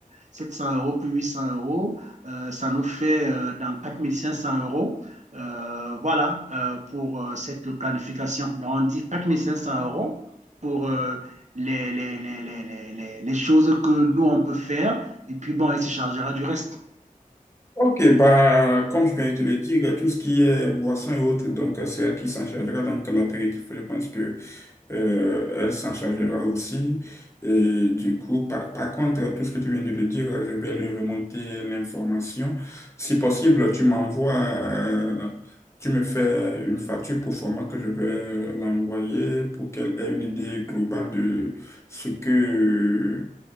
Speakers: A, on the right; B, on the left.
A: sept cents euros plus 800 euros. Euh, ça nous fait euh, dans quatre mille cinq cents euros. Euh, voilà euh, pour euh, cette planification. Donc, on dit quatre mille cinq cents euros pour euh, les, les, les, les, les- les- choses que nous, on peut faire. Et puis, bon, elle se chargera du reste.
B: Ok, bah, comme je viens de te le dire, tout ce qui est boisson et autres, donc euh, c'est elle qui s'en chargera. Donc l'apéritif, je pense que euh, elle s'en chargera aussi. Et du coup, par, par contre, tout ce que tu viens de le dire, je vais lui remonter l'information. Si possible, tu m'envoies, euh, tu me fais une facture pour format que je vais l'envoyer pour qu'elle ait une idée globale de ce que